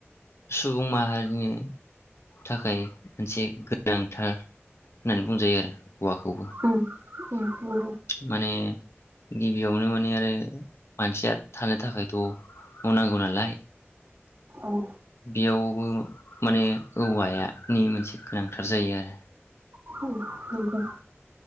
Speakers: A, on the left (about 70°); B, on the right (about 55°).
A: सुबुं माहारिनि थाखाय मोनसे गोनांथार होननानै बुंजायो आरो हौवाखौबो
B: उम उम नंगौ
A: माने गिबियावनो माने आरो मानसिया थानो थाखायथ मावनांगौ नालाय
B: औ
A: बेयावबो माने औवाया नि मोनसे गोनांथार जायो आरो
B: औ नंगौ